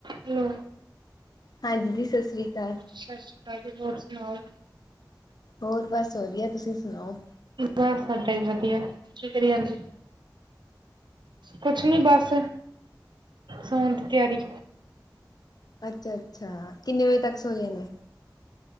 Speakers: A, on the right; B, on the left.
A: Hello.
B: ਹਾਂਜੀ ਦੀ ਸਤਿ ਸ਼੍ਰੀ ਅਕਾਲ।
A: ਸਤਿ ਸ਼੍ਰੀ ਅਕਾਲ ਜੀ ਹੋਰ ਸੁਣਾਓ।
B: ਹੋਰ ਬਸ ਵਧੀਆ ਤੁਸੀਂ ਸੁਣਾਓ।
A: ਬਸ ਸਾਡਾ ਹੀ ਵਧੀਆ। ਕੀ ਕਰੀ ਜਾਂਦੇ? ਕੁਛ ਨੀ ਬਸ। ਸੌਣ ਦੀ ਤਿਆਰੀ।
B: ਅੱਛਾ-ਅੱਛਾ ਕਿੰਨੇ ਵਜੇ ਤੱਕ ਸੋ ਜਾਨੇ?